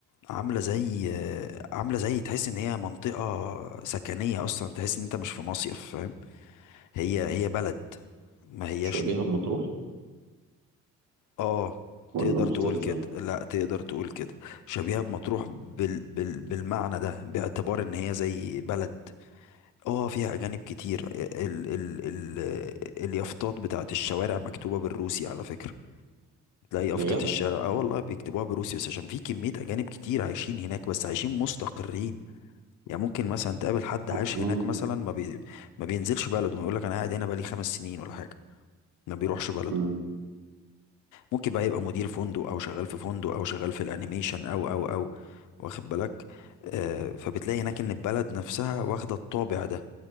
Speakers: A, on the left (about 80°); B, on the right (about 80°).
A: عاملة زي آه، عاملة زي تحس ان هي منطقة سكنية اصلا تحس ان انت مش في مصيف فاهم هي هي بلد ما هياش
B: شبيهة بمطروح
A: اه
B: ولا
A: تقدر
B: مختلفة؟
A: تقول كده لا تقدر تقول كده شبيهة بمطروح بال... بال... بالمعنى ده باعتبار ان هي زي بلد اه فيها اجانب كتير ال... ال... ال... اليافطات بتاعت الشوارع مكتوبة بالروسي على فكرة تلاقي يافطة
B: يا جدع
A: الشارع اه والله بيكتبوها بالروسي بس عشان في كمية اجانب كتير عايشين هناك بس عايشين مستقرين يعني ممكن مثلا تقابل حد عايش
B: آه.
A: هناك مثلا ما بي... ما بينزلش بلده ويقول لك انا قاعد هنا بقالي خمس سنين ولا حاجة ما بيروحش بلده
B: مم.
A: ممكن بقى يبقى مدير فندق او شغال في فندق او شغال في الانيميشن او او او واخد بالك آه فبتلاقي هناك ان البلد نفسها واخده الطابع ده